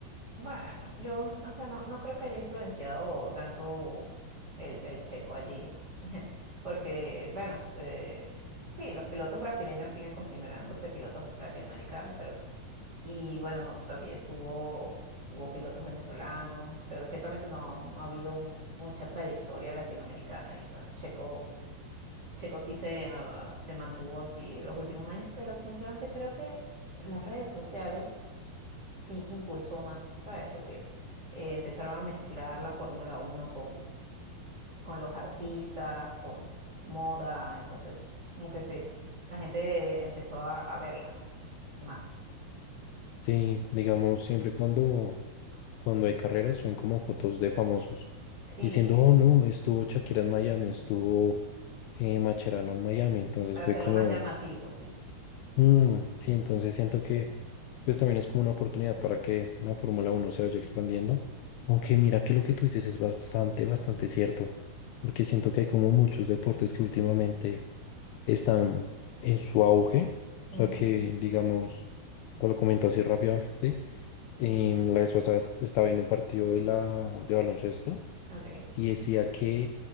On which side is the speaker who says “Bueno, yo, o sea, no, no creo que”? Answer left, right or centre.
Right